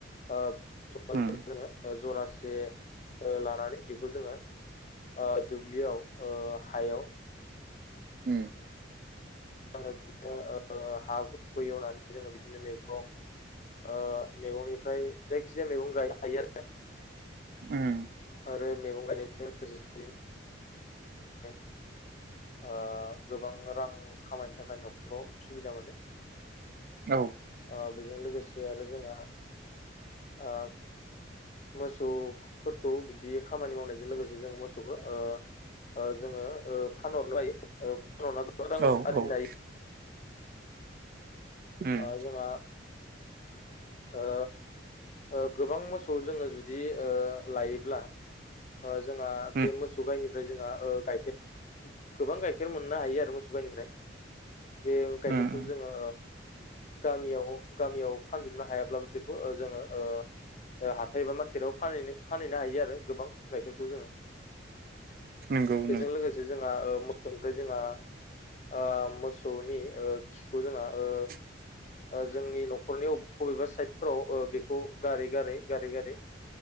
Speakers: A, on the left; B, on the right.
A: ओ
B: उम
A: <unintelligible> जरासे ओ लानानै बेखौ जोङो ओ दुब्लियाव ओ हायाव
B: ओम
A: जोङो बिदिनो ओ हाफोरखौ एवनानै जोङो बिदिनो मैगं ओ मैगंनिफ्राय जायखिजाया मैगं गायनो हायो आरो
B: ओम
A: आरो मैगं गायनायजों <unintelligible> ओ गोबां रां खामायनो थाखाय नखराव सुबिदा मोनो
B: औ
A: ओ बेजों लोगोसे आरो जोंहा ओ मोसौफोरखौ बिदि खामानि मावनायजों लोगोसे जों मोसौखो ओ ओ जोङो ओ फानहरनोबो हायो फानहरना गोबां रां
B: औ औ
A: आरजिनो हायो।
B: उम
A: ओ जोंहा ओ ओ गोबां मोसौ जोङो जुदि ओ लायोब्ला ओ जोंहा
B: उम
A: बे मोसौ गाइनिफ्राय जोंहा ओ गाइखेर गोबां गाइखेर मोननो हायो आरो मोसौ गाइनिफ्राय बे गाइखेरखौ
B: उम
A: जोङो गामियाव गामियाव फानजोबनो हायाब्लाबो बेखौ ओ जोङो ओ ओ हाथाय एबा मार्केटाव फानहैनो फानहैनो हायो आरो गोबां गाइखेरखौ जोङो
B: नंगौ
A: बेजों
B: नों
A: लोगोसे जोंहा ओ मोसौनिफ्राय जोंहा ओ मोसौनि ओ खिखौ जोंहा ओ
B: <inaudible>
A: ओ जोंनि नखरनि अबेबा साइदफ्राव बेखौ गारै गारै गारै गारै